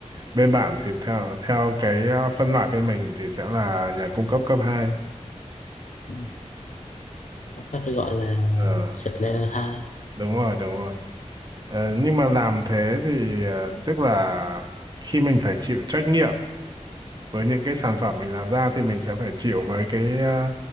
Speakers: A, on the right; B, on the left.
A: bên bạn thì theo theo cái à, phân loại bên mình thì sẽ là nhà cung cấp cấp 2.
B: Ừ. có thể gọi là
A: Ờ,
B: supplier hai
A: đúng rồi, đúng rồi. Ờ, nhưng mà làm thế thì ờ, tức là khi mình phải chịu trách nhiệm với những cái sản phẩm mình làm ra thì mình sẽ phải chịu với cái ờ,